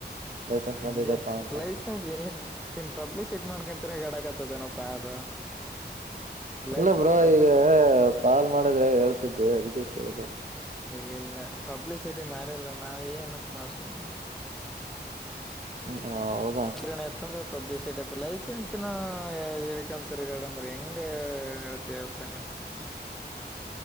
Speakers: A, on the right; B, in the centre.
A: ಲೈಸೆನ್ಸ್
B: ಹಂಗೆ
A: ಬಂದಿದಪ್ಪಾ ಅಂತ
B: ಲೈಸೆನ್ಸ್ ಏನ್ ಇನ್ ಪಬ್ಲಿಶಿಟ್ ಮಾಡ್ಕೊಂತರ ಗಡಕತದೇನಪ್ಪಾ ಅದು
A: ಅಲ್ಲ
B: ಲೈಸೆನ್ಸ್
A: ಬ್ರೋ
B: ಪಬ್ಲಿಸಿಟಿ
A: ಈಗ ಕಾಲ್ ಮಾಡಿದ್ರೆ ಹೇಳ್ತಿದ್ದೆ ಅಭಿಜಿತ್ ಕೇಳಿದೆೆ
B: ಇಲ್ಲ ಇಲ್ಲ ಪಬ್ಲಿಸಿಟಿ ಮಾಡಲ್ ನಾವ ಏನ ಸುಮ್ನೆ
A: ಹ ಹೌದಾ
B: ಕಿರಣ ಇತ್ತ ಅಂದ್ರೆ ಪಬ್ಲಿಷ್ ಐ ಲೈಸೆನ್ಸ್ ನ ಹೇಕಂತರಿ ಗಡ ಅಂದ್ರೆ ಹೆಂಗ ಎಳ್ತೀಪ್ಪ ನೀ